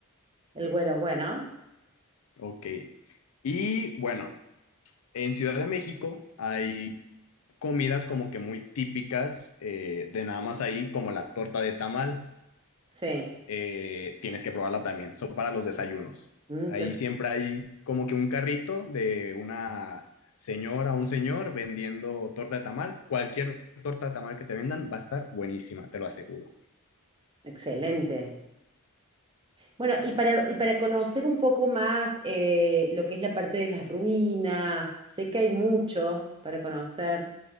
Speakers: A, on the right (about 25°); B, on the left (about 75°).
A: El güero, bueno,
B: Ok. Y bueno, en Ciudad de México hay comidas como que muy típicas eh, de nada más ahí, como la torta de tamal.
A: sí.
B: eh, tienes que probarla también. Son para los desayunos.
A: Mm,
B: Ahí
A: qué-
B: siempre hay como que un carrito de una señora o un señor vendiendo torta de tamal. Cualquier torta de tamal que te vendan va a estar buenísima, te lo aseguro.
A: excelente. Bueno, y para, y para conocer un poco más eh, lo que es la parte de las ruinas, sé que hay mucho para conocer,